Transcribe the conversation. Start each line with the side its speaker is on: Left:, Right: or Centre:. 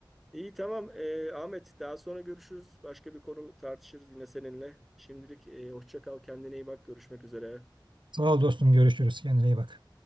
Centre: İyi tamam Ee, Ahmet daha sonra görüşürüz. Başka bir konu tartışırız yine seninle. Şimdilik e, hoşça kal kendine iyi bak görüşmek üzere.
Right: Sağ ol dostum görüşürüz. Kendine iyi bak.